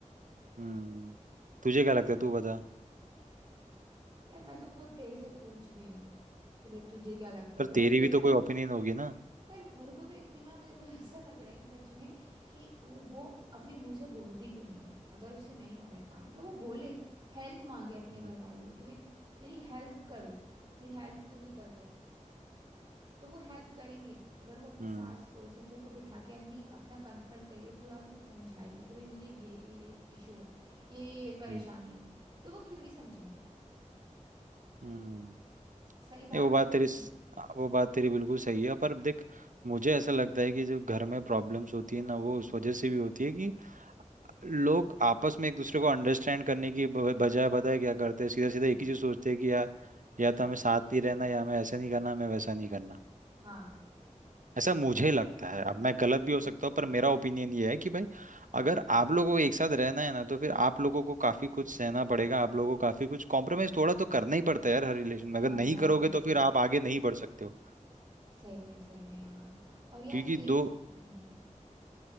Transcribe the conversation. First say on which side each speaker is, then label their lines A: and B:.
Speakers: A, on the right (about 85°); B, on the right (about 40°).
A: हम्म तुझे क्या लगता है तू बता
B: यार मैं तो खुद तेरे से पूछ रही हूँ कि भाई तुझे क्या लगता
A: पर
B: है भाई
A: तेरी
B: मेरे
A: भी तो कोई ओपिनियन होगी ना
B: पर मेरे को तो इतना मेरे को <laughs> ऐसा लग रहा है कि सच में कि वो अपने मुंह से बोलती क्यों नहीं है अगर उससे नहीं हो रहा है काम तो वो बोले हेल्प मांगे अपने
A: हम्म
B: घर वालों से कि भाई मेरी हेल्प करो मेरी हेल्प क्यों नहीं कर रहे हो तो वो हेल्प करेंगे अगर वो अपनी
A: हम्म
B: सास को ससुर को बिठा के अपनी अपना कन्फ्रंट करेंगे पूरा उसे समझाएगी कि भाई मुझे ये ये ये इशू है ये ये परेशानी
A: हम्म
B: है तो वो क्यों नहीं समझेंगे
A: हम्म
B: सही बात
A: ये वो
B: है
A: बात
B: कि
A: तेरी
B: नहीं मेरी
A: स- हाँ, वो बात तेरी बिल्कुल सही है पर देख मुझे ऐसा लगता है कि जो घर में प्रॉब्लम्स होती है ना वो उस वजह से भी होती है कि लोग आपस में एक दूसरे को अंडरस्टैंड करने की ब- बजाय पता है क्या करते हैं सीधा सीधा
B: हाँ
A: एक ही चीज सोचते हैं कि यार या तो हमें साथ ही रहना या हमें ऐसे नहीं करना हमें वैसा नहीं करना
B: हाँ
A: ऐसा मुझे लगता है अब मैं गलत भी हो सकता हूँ पर मेरा ओपिनियन ये है कि भाई अगर आप लोगों को एक साथ रहना है ना तो फिर आप लोगों को काफी कुछ सहना पड़ेगा आप लोगों को काफी कुछ कॉम्प्रोमाइज थोड़ा तो करना ही पड़ता है यार हर रिलेशन में अगर
B: करना
A: नहीं करोगे
B: पड़ता
A: तो फिर
B: है
A: आप आगे नहीं बढ़ सकते हो
B: सही में सही में यार और यार
A: क्योंकि
B: एक
A: दो
B: हम्म